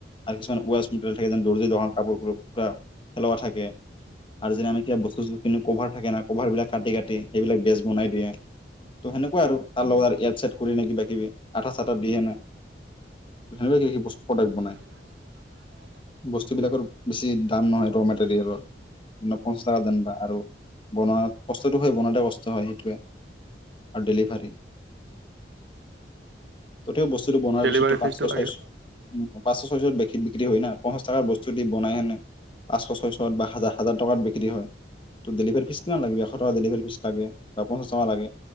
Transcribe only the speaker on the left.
আৰু কিছুমান ৱেষ্ট মেটেৰিয়েল থাকে যেন দৰজী দোকান কাপোৰ পেলোৱা থাকে। আৰু যেদি আমি সেই বস্তু কিনো কভাৰ থাকে না কভাৰ বিলাক কাটি-কাটি সেইবিলাক বেজ বনাই দিয়ে। ত' সেনেকুৱা আৰু তাৰ লগত এড সেত কৰিলে কিবা-কিবি, আঠা চাঠটা দিকেনে সেনেকুৱা কি বস্ত প্ৰডাক্ট বনাই।
বস্তুবিলাকৰ বেছি দাম নহয় ৰ' মেটেৰিয়েলৰ পঞ্চাছ টকা যেনিবা। আৰু বনোৱা কষ্টতটো হয়, বনতে কষ্ট হয় সেইটো। আৰু ডেলিভাৰী তথাপিও বস্তুটো বনোৱাৰ
পিছতো পাঁচছ
ছয়চ উম, পাঁচছ ছয়ছত বিক্ৰী হয় না। পঞ্চাছ টকাৰ বস্তু দি বনাই কেনে পাঁচছ ছয়ছত বা হাজাৰ টকাত বিক্ৰী হয়। ত' ডেলিভাৰী ফিজ কিমান লাগিব এশ টকা ডেলিভাৰী ফিজ লাগে বা পঞ্চাছ টকা লাগে